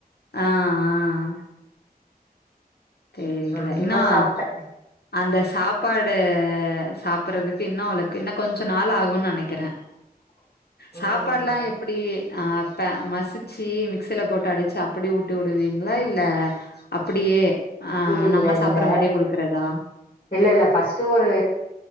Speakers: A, on the left; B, on the left.
A: ஆ ஆ ஆ தெரியல.
B: நல்லா
A: இன்னும்
B: சாப்ட்டே
A: அந்த சாப்பாடு சாப்பறதுக்கு இன்னு அவ்ளுக்கு இன்னு கொஞ்ச நாளாகுனு நினைக்கிறே
B: <inaudible>
A: சாப்பாடுலா
B: ம்
A: எப்டி அ அப்ப மசிச்சு மிக்சில போட்டு அடிச்சு அப்டி ஊட்டி விடுவீங்ளா இல்ல அப்டியே ஆ
B: இல்ல
A: நம்ம
B: இல்ல
A: சாப்பற மாரியே குடுக்றதா
B: இல்ல இல்ல ஃபர்ஸ்ட்டு ஒரு